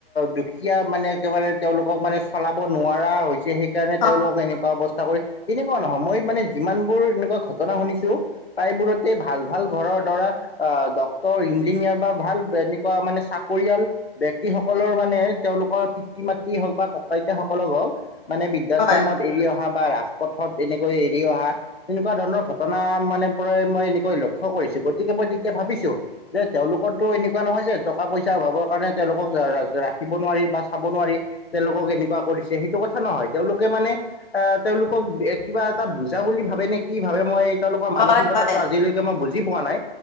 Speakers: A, on the left; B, on the left.
A: দুখীয়া মানে একেবাৰে তেওঁলোকক মানে চলাব নোৱাৰা হৈছে তে সেইকাৰণে
B: হয়
A: তেওঁলোকক এনেকুৱা অৱস্থা কৰি তেনেকুৱা নহয়, মই মানে যিমানবোৰ এনেকুৱা ঘটনা শুনিছো প্ৰায়বোৰতে ভাল ভাল ঘৰৰ ধৰা আ ডক্টৰ, ইঞ্জিনিয়াৰ বা ভাল এনেকুৱা মানে চাকৰিয়াল বক্তিসকলৰ মানে তেওঁলোকৰ পিতৃ-মাতৃয়ে হওক বা ককা-আইতাসকলেই হওক মানে বৃদ্ধাশ্ৰমত
B: হয়
A: এৰি অহা বা ৰাজপথত এনেকৈ এৰি অহা এনেকুৱা ধৰণৰ ঘটনা মানে প্ৰায় মই এনেকৈ লক্ষ্য কৰিছো, গতিকে মই তেতিয়া ভাবিছো যে তেওঁলোকৰটো এনেকুৱা নহয় যে টকা-পইচা অভাৱৰ কাৰণে তেওঁলোকক ৰা ৰা ৰাখিব নোৱাৰি বা চাব নোৱাৰি তেওঁলোকক এনেকুৱা কৰিছে সেইটো কথা নহয় তেওঁলোকে মানে আহ তেওঁলোকক এ কিবা এটা বুজা বুলি ভাবে নে কি ভাবে মই তেওঁলোকৰ মানসিকতাটো
B: হয় হয়
A: আজিলৈকে মই বুজি পোৱা নাই,